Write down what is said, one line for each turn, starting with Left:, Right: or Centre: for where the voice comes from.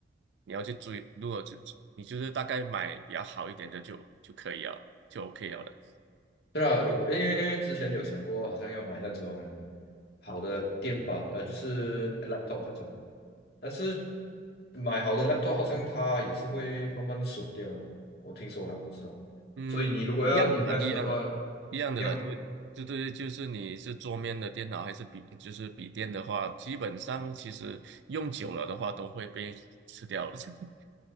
Right: 你要去追，如果就你就是大概买比较好一点的就就可以了，就 OK 了的。
Left: 对啊，如果因为因为之前有想过，好像要买那种好的电板，呃，就是 laptop 那种，但是买好的 laptop 好像它也是会慢慢损掉的，我听说了，不知道。
Right: 嗯，
Left: 所以你如果要
Right: 一样的啦，
Left: invest
Right: 一样的，
Left: 的话，
Right: 一样的啦，
Left: 一样的吗？
Right: 就就对，就是你是桌面的电脑还是笔，就是笔电的话，基本上其实用久了的话都会被吃掉了。<laughs>